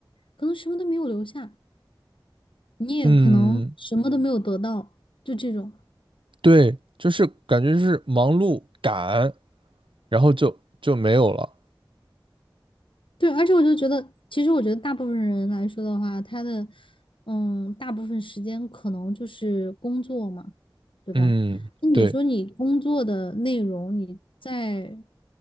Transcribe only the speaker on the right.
嗯，
对，就是感觉是忙碌赶，然后就就没有了。
嗯，
对，